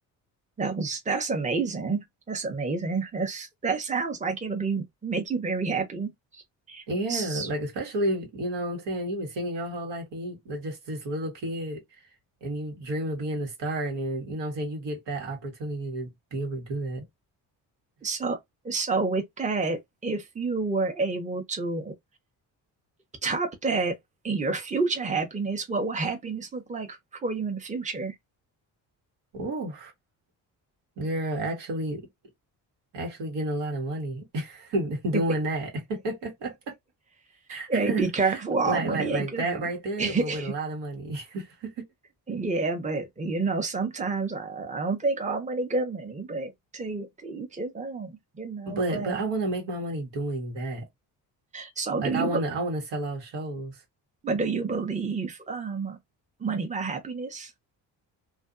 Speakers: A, on the right; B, on the right.
A: That was that's amazing. That's amazing. That's that sounds like it'll be make you very happy.
B: Yeah,
A: S-
B: like especially if, you know what I'm saying, you've been singing your whole life and you like just this little kid and you dream of being a star and then, you know what I'm saying, you get that opportunity to be able to do that.
A: So so with that, if you were able to top that in your future happiness, what will happiness look like for you in the future?
B: Ooh, girl, actually actually getting a lot of money <laughs>
A: <laughs>
B: doing that.
A: Hey,
B: <laughs>
A: be careful. All
B: Like
A: money
B: like like
A: ain't good
B: that
A: money.
B: right there,
A: <laughs>
B: but with a lot of money. <laughs>
A: Yeah, but you know, sometimes I, I don't think all money good money, but to, to each his own, you know.
B: But
A: But
B: but I want to make my money doing that.
A: so
B: Like
A: do you,
B: I want to I want to sell out shows.
A: But do you believe um money buy happiness?